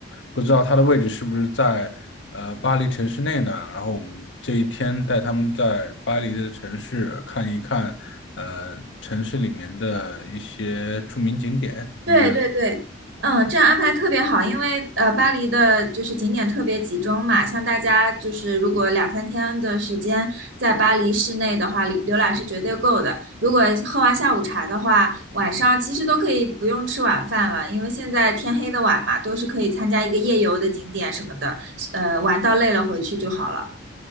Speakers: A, on the left (about 65°); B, on the right (about 70°).
A: 不知道它的位置是不是在呃巴黎城市内呢？然后我们这一天带他们在巴黎的城市看一看，呃，城市里面的一些著名景点。
B: 对对对，
A: 你觉得？
B: 嗯，这样安排特别好，因为呃，巴黎的就是景点特别集中嘛，像大家就是如果两三天的时间在巴黎市内的话，浏浏览是绝对够的。如果喝完下午茶的话，晚上其实都可以不用吃晚饭了，因为现在天黑的晚嘛，都是可以参加一个夜游的景点什么的，呃，玩到累了回去就好了。